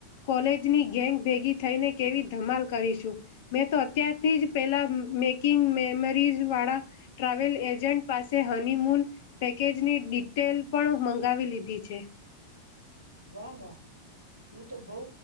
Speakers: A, on the left; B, on the right.
A: કોલેજની ગેંગ ભેગી થઈને કેવી ધમાલ કરીશું મેં તો અત્યારથી જ પેલા મેકિંગ મેમરીઝ વાળા ટ્રાવેલ એજન્ટ પાસે હનીમૂન પેકેજની ટી તેલ પણ મંગાવી લીધી છે.
B: વાહ વાહ તું તો બઉ